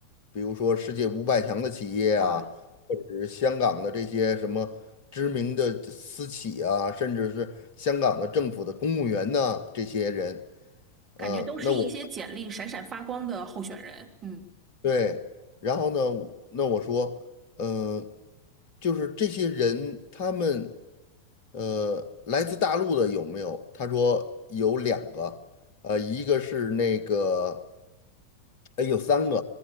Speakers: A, on the left; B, on the right.
A: 比如说世界五百强的企业啊，
B: 哇，
A: 或者是香港的这些什么知名的私企啊，甚至是香港的政府的公务员呐，这些人。嗯，
B: 感觉都是一些简历闪闪发光的候选人，
A: 那我
B: 嗯，
A: 对，然后呢，那我说，嗯、就是这些人，他们，呃，来自大陆的有没有？他说有两个，呃，一个是那个，哎，有三个，